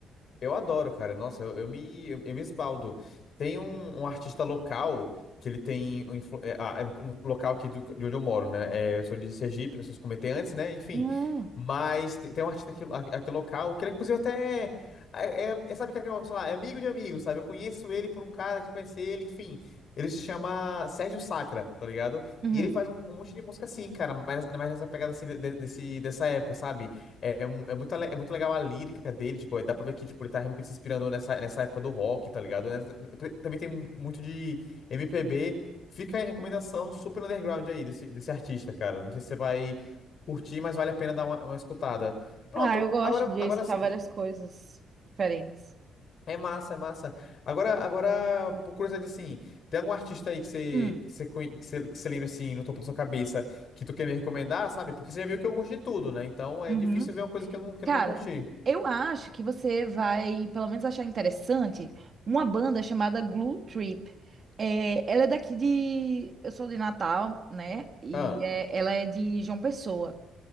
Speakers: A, on the left (about 55°); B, on the right (about 45°).
A: Eu adoro, cara. Nossa, eu, eu me, eu, eu me esbaldo. Tem um, um artista local que ele tem. Um, influ- é, ah, é no no local aqui do- de onde eu moro, né? É, eu sou de Sergipe, não sei se comentei antes, né? Enfim.
B: Não.
A: Mas te- tem um artista aqui, a- aqui local, que ele, inclusive até. É, é, é, sabe aquele que eu falar? É amigo de amigo, sabe? Eu conheço ele por um cara que conhece ele, enfim. Ele se chama Sérgio Sacra, tá ligado?
B: Uhum.
A: E ele faz um, um monte de música assim, cara, mas, mas nessa pegada assim de- de- desse, dessa época, sabe? É, é, mu- é muito, ale- é muito legal a lírica dele, tipo, dá pra ver que tipo, ele tá realmente se inspirando nessa, nessa época do rock, tá ligado? Nessa- t- Também tem mu- muito de MPB. Fica aí a recomendação super underground aí desse, desse artista, cara. Não sei se você vai curtir, mas vale a pena dar uma, uma escutada. Pronto,
B: Ah, eu gosto
A: agora,
B: de
A: agora
B: escutar
A: sim,
B: várias coisas diferentes.
A: é massa, é massa. Agora, agora, por curiosidade, assim, tem algum artista aí que você,
B: Hum.
A: que você, conhe- que você, que você lembra, assim, no topo da sua cabeça, que tu quer me recomendar, sabe? Porque você já viu que eu gosto de tudo, né? Então é
B: Uhum.
A: difícil ver uma coisa que eu não, que
B: Cara,
A: eu não vá curtir.
B: eu acho que você vai, pelo menos, achar interessante uma banda chamada Glue Trip. É, ela é daqui de. Eu sou de Natal, né? E
A: Ah.
B: é- ela é de João Pessoa,